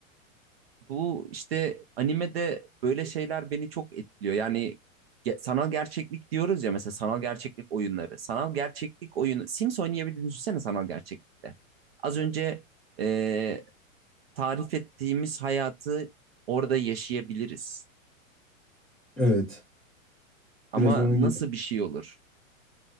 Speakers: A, on the right; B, in the centre.
A: Bu işte animede böyle şeyler beni çok etkiliyor. Yani ge- sanal gerçeklik diyoruz ya mesela sanal gerçeklik oyunları. Sanal gerçeklik oyunu Sims oynayabildiğini düşünsene sanal gerçeklikte. Az önce e, tarif ettiğimiz hayatı orada yaşayabiliriz.
B: Evet
A: Ama
B: biraz onun
A: nasıl
B: gibi.
A: bir şey olur?